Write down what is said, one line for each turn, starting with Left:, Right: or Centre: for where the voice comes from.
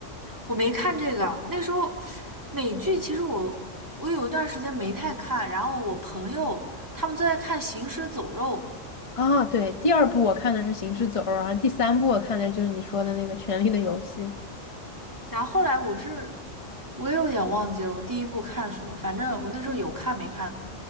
Right: 我没看这个，那时候美剧其实我我有一段时间没太看，然后我朋友他们都在看《行尸走肉》，
Left: <laughs> 啊，对，第二部我看的是《行尸走肉》，然后第三部我看的就是你说的那个《权力的游戏》。
Right: 然后后来我是，我也有点忘记了我第一部看什么，反正我那时候有看没看，